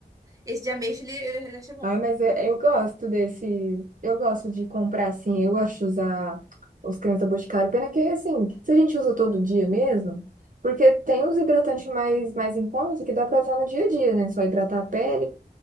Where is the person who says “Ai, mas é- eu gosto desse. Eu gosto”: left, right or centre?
Right